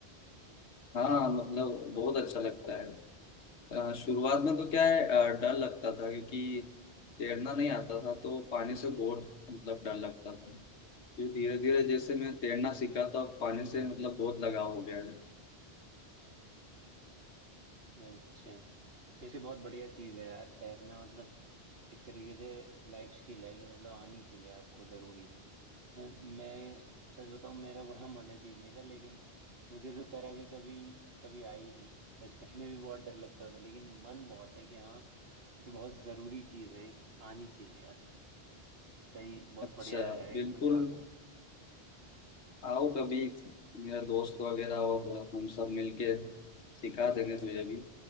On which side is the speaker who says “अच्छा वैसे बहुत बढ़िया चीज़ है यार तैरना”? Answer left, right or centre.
Right